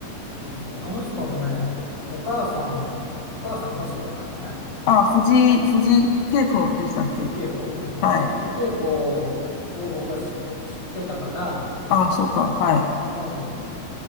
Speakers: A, on the left; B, on the left.
A: そうそう、あの人のね、お母さん、お母さん歌手だったんよね。
B: あ、藤井、藤井恵子でしたっけ
A: ふ藤圭子。うん。
B: はい。
A: 藤圭子を僕は知、知ってたから、
B: あ、そうか、はい。
A: うん。